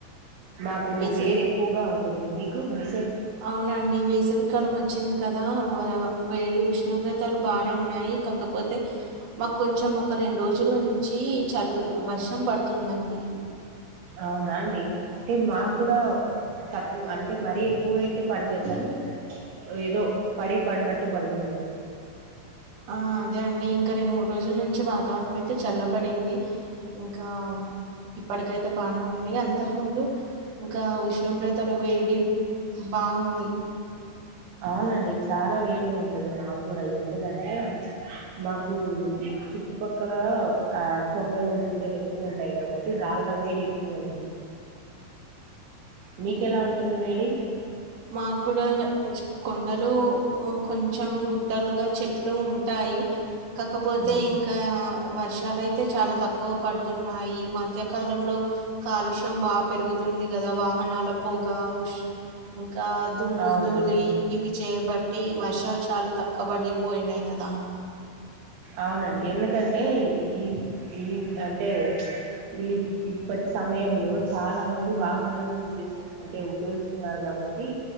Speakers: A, on the right; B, on the right.
A: మాకు
B: వేసవి
A: వేడి ఎక్కువగా ఉంటుంది మీక్ గుడ్ ని
B: అవునండి వేసవికాలం వచ్చింది కదా అవా వేడి ఉష్ణోగ్రతలు బానే ఉన్నాయి కాకపోతే మాకు కొంచెం ఒక రెండు రోజుల నుంచి చల్ వర్షం పడుతుందండి.
A: అవునా అండి అంటే మాకు
B: అవును.
A: కూడా తక్కువ అంటే మరీ ఎక్కువగా అయితే పడలేదు గాని ఏదో పడి పడినట్టు పడిందండి
B: ఆ అదే అండి ఇంకా రెండు మూడు రోజుల నుంచి వాతావరణం అయితే చల్లబడింది, ఇంకా ఇప్పటికైతే బానే ఉంది అంతకు ముందు ఇంకా ఉష్ణోగ్రతలు వేడి బాగుంది
A: అవునండి చాలా వేడి ఉంటది మాకు కూడా ఎ త్తిదంటేం ప్చ్ మాకు ఈ చుట్టుపక్కల ఆ కొండలు గుట్టలు ఎక్కువ ఉంటాయి. కాబట్టి రాళ్ళ వేడి ఎక్కువ ఉంది. మీకెలా ఉంటుంది వేడి
B: మాగ్ కూడాగ ఈ కొండలు వొ కొంచెం గుట్టలుగా చెట్లు ఉన్ టాయి కాకపోతే
A: హ్మ్.
B: ఇంకా వర్షాలైత్ తే చాలా తక్కువ పడుతున్నాయి. ఈ మధ్యకాలంలో కాలుష్యం బాపెరుగుతుంది కదా వాహనాల పొగా ఉష్ ఇకా దుమ్ము
A: అవునండి
B: ధూలి
A: అవును
B: ఇ ఇవి చేయబట్టి వర్షాలు చాలా తక్క వడ్ ఎక్కువ అయినాయి కదా
A: అవునండి. ఎందుకంటే ఈ ఈ అంటే ప్చ్ వీళ్ళిప్ ఇప్పటి సమయంలో, చాలా మంది వాహనాలు యూజ్ చేస్త్ అంటే ఉపయోగిస్తున్నారు. కాబట్టి